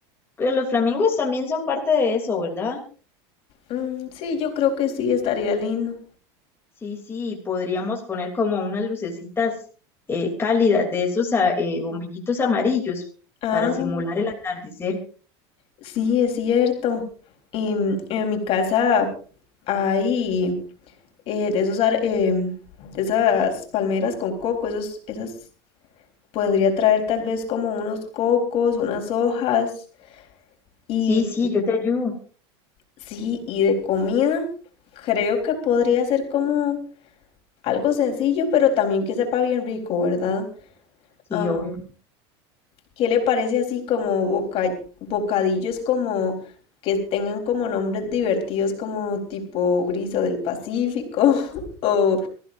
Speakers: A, on the left (about 15°); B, on the left (about 45°).
A: Que Los flamingos también son parte de eso, ¿verdad?
B: Mm, sí, yo creo que sí, estaría lindo.
A: Sí, sí, podríamos poner como unas lucecitas eh, cálidas de esos a- eh, bombillitos amarillos
B: Ah,
A: para simular el atardecer.
B: sí, es cierto. Em, en mi casa hay eh, de esos, ar- em, de esas palmeras con coco, esos, esas podría traer tal vez como unos cocos, unas hojas y
A: Sí, sí, yo te ayudo.
B: sí, y de comida, creo que podría ser como algo sencillo, pero también que sepa bien rico, ¿verdad?
A: Sí,
B: Am,
A: obvio.
B: ¿qué le parece así como boca, bocadillos como que tengan como nombres divertidos como tipo brisa del Pacífico <laughs> o